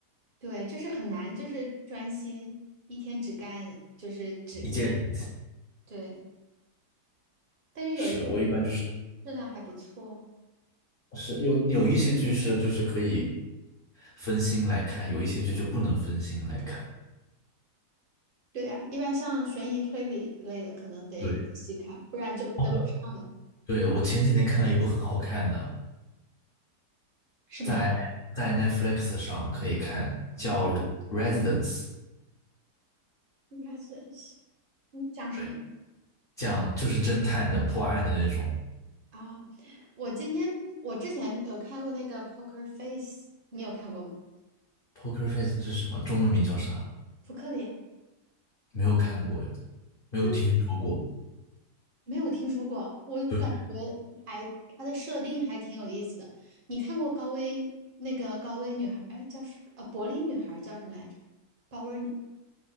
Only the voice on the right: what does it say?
对，就是很难，就是专心一天只干，就是只，
对。但是有一些
质量还不错。
对呀，一般像悬疑推理类的，可能得仔细看，
不然就跟不上了。
什么呀？
<laughs>
应该是你讲什么的？
啊，我今天我之前有看过那个 Poker Face，你有看过吗？
扑克脸？
嗯，没有听说过，我感觉还它的设定还挺有意思的。
你看过高危那个高危女孩？哎，叫什呃，柏林女孩叫什么来着？高危女